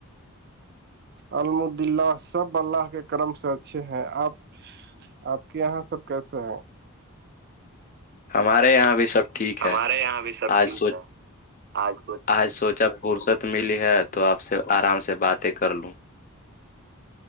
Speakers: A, on the right; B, on the left.
A: الحمدلہ سب اللہ کے کرم سے اچھے ہیں آپ آپ کے یہاں سب کیسا ہے
B: ہمارے یہاں بھی سب ٹھیک
A: ہمارے
B: ہے
A: یہاں بھی سب
B: آج
A: ٹھیک
B: سوچ
A: ہے آج تو
B: آج سوچا فرصت ملی ہے تو آپ سے آرام سے باتیں کر لوں